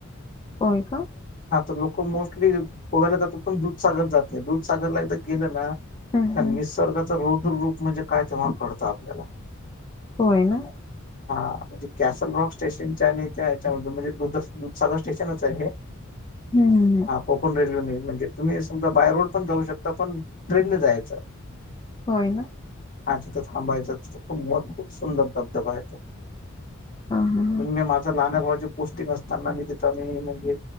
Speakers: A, on the left; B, on the left.
A: आहे का?
B: हा तर लोक मोस्टली गोव्याला जातात पण दुधसागर जात नाही दुधसागरला एकदा गेलं ना कारण
A: हं हं
B: निसर्गाच रुद्र रूप म्हणजे काय तेव्हा कळतं आपल्याला.
A: होय ना.
B: हा म्हणजे कॅसल रॉक स्टेशनच्या आणि त्या याच्यामून म्हणजे दुध-दुधसागर स्टेशनच आहे हे.
A: हम्म.
B: कोकण रेल्वेने म्हणजे तुम्ही समजा बाय रोड पण जाऊ शकता पण ट्रेनने जायचं.
A: होय ना.
B: हा तिथ थांबायचं तिथ खूप सुंदर धबधबा आहेे तो.
A: हां हां हां
B: पण मी माझं लहान भाऊचे पोस्टिंग असताना मी तिथं मी म्हणजे